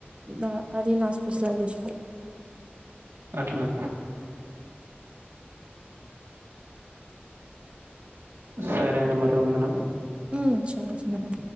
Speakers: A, on the right; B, on the right.
A: దా అది నా స్పెషలైజేషన్
B: అట్లా సరే అండి మరి ఉందునా
A: మ్మ్ సరే